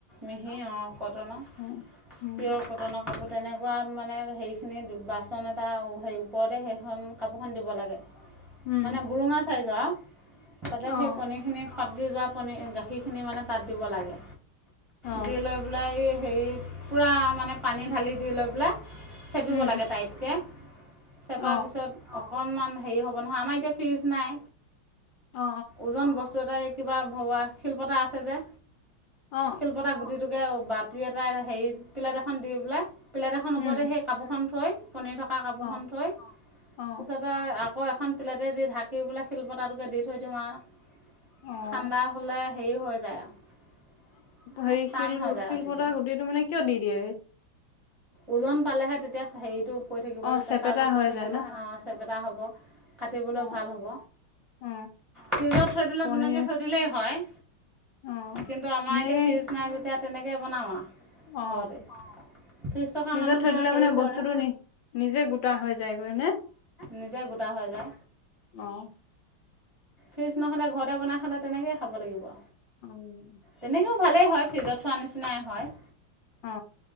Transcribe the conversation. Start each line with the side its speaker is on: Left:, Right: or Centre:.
Right: মিহি অ', কটনৰ
Left: অ উম
Right: পিয়'ৰ কটনৰ কাপোৰ তেনেকুৱা, মানে হেৰিখিনি বাচন এটা অ'ও, হেৰি ওপৰতে হেইখন কাপোৰখন দিব লাগে।
Left: উম
Right: মানে গুৰুঙা চাইজ আৰু, তাতে
Left: অ
Right: সেই পণীৰখিনি ফাটি যোৱা পনী-গা সেইখিনি মানে তাত দিব লাগে।
Left: অ
Right: দি লৈ পেলাই এই হেই পুৰা মানে পানী ঢালি দি লৈ পেলাই চেপিব
Left: উম
Right: লাগে টাইটকে। চেপাৰ
Left: অ
Right: পিছত অকণমান হেৰি হ'ব নহয়, আমাৰ এতিয়া ফ্ৰিজ নাই
Left: অ অ
Right: ওজন বস্তু এটা, এই কিবা ভওৱা শিলপতা আছে যে
Left: অ
Right: শিলপতা গুটিটোকে বতি এটা হেৰি প্লেট এখন দি পেলাই প্লেট এখন ওপৰতে
Left: উম
Right: হেই কাপোৰখন থৈ, পনীৰ থকা কাপোৰখন
Left: অ
Right: থৈ।
Left: অ
Right: পিছতে আও আকৌ এখন প্লেটে দি ঢাকি পেলাই শিলপতটোকে দি থৈ দিও আৰু।
Left: অ
Right: ঠাণ্ডা হ'লে হেৰি হৈ যায়। মানে,
Left: হেৰি
Right: টান
Left: শিল
Right: হৈ যায়
Left: শিলপতাৰ
Right: আৰু তেতিয়া।
Left: গুটিটো মানে কিয় দি দিয়ে
Right: ওজন পালেহে তেতিয়া হেৰিটো ৰি থাকিব
Left: অ
Right: যে প্ৰেছাৰটো
Left: চেপেটা
Right: পৰি
Left: হৈ
Right: থাকিলে
Left: যায় ন
Right: চেপেটা হ'ব, কাটিবলৈ
Left: অ
Right: ভাল হ'ব।
Left: অ
Right: ফিজত থৈ দিলে
Left: পনীৰ
Right: তেনেকে থৈ দিলেই হয়।
Left: অ
Right: কিন্তু আমাৰ
Left: ধুনীয়াকে
Right: এতিয়া ফ্ৰিজ নাই যেতিয়া তেনেকেই বনাওঁ আৰু।
Left: অ
Right: হ দে ত্ৰিশ টকা
Left: ফ্ৰিজত
Right: মানুহে
Left: থৈ দিলে
Right: হেৰি
Left: মানে
Right: কৰে,
Left: বস্তুটো নি নিজে গোটা হৈ যায়গৈ নে
Right: নিজে গোটা হয় <inaudible>
Left: আহ।
Right: ফিজ নহ'লে ঘৰতে বনাই খালে তেনেকেই খাব লাগিব।
Left: উম।
Right: তেনেকৈও ভালেই হয় ফ্ৰিজত থোৱা নিচিনাই হয়।
Left: অ।